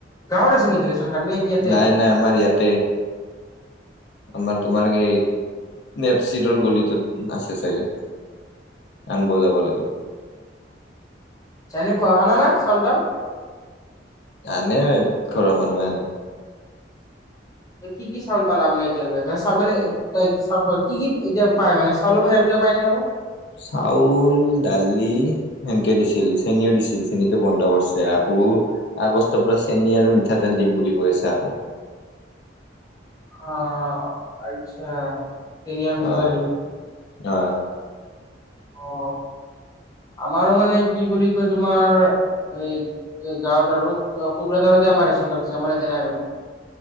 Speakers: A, on the left; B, on the left.
A: গাঁৱত আছে নেকি ৰেচন কাৰ্ড নে কি ইয়াতে
B: নাই নাই আমাৰ ইয়াতে, আমাৰ তোমাৰ হেই নেপচিটোৰ গলিটোত আছে চাগে আন বজাব লাগে।
A: জাই নাপোৱা আনা না চাউল টাউল
B: আনে ঘৰৰ মানুহে আনে
A: কি কি চাউল পালা মানে এতিালৈ মানে মানে কি কি এতিয়া পায় মে চাউলৰ ভাহ পাই নে আৰু
B: চাউল দালি সেনকে দিছিল চেনীও দিছিল চেনীটো বন্ধ কৰিছে। আ আকৌ আগষ্টৰ পৰা চেনি আৰু মিঠাতেল দিম বুলি কৈ আছে আকৌ
A: অ আচ্ছা চেনি আৰু মিঠাতেল
B: অ
A: দিব
B: অ
A: অ'। আমাৰো মানে কি বুলি কয় তোমাৰ এ এ গাঁৱত আৰু কোকোৰাঝাৰতে আমাৰ ৰেচ ছন আছে আমাৰ এয়াতে নাই আৰু